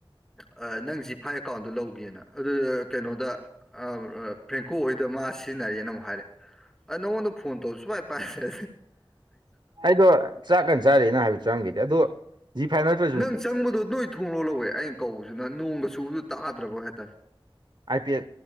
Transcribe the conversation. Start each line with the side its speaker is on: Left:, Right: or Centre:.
Centre: ꯑ ꯅꯪ ꯖꯤꯐꯥꯏ ꯑꯦꯀꯥꯎꯟꯗꯣ ꯂꯧꯒꯦꯅ ꯑꯗꯨꯗ ꯀꯩꯅꯣꯗ ꯑ ꯑꯥ ꯐ꯭ꯔꯦꯡꯀꯣ ꯍꯣꯏꯗ ꯃꯥ ꯁꯤꯟꯅꯔꯦꯅ ꯑꯃꯨꯛ ꯍꯥꯏꯔꯦ ꯑ ꯅꯉꯣꯟꯗ ꯐꯣꯟ ꯇꯧꯔ ꯁꯨ ꯄꯥꯏ ꯄꯥꯏ ꯇ꯭ꯔꯦ
Right: ꯑꯩꯗꯣ ꯆꯥꯛ ꯀꯟ ꯆꯥꯔꯤ ꯅ ꯍꯥꯏꯕ ꯆꯪꯒꯤꯗꯦ ꯑꯗꯣ ꯖꯤ ꯐꯥꯏꯚꯔꯗꯨ
Centre: ꯅꯪ ꯆꯪꯕꯗꯣ ꯅꯣꯏ ꯊꯣꯡ ꯂꯣꯂꯧꯋꯦ ꯑꯩ ꯀꯧꯕꯖꯤꯅ ꯅꯣꯡꯒ ꯆꯨꯕꯗꯨ ꯇꯥꯗ꯭ꯔꯕ ꯍꯥꯏ ꯇꯥꯔꯦ
Right: ꯑꯥꯏ ꯄꯦꯗ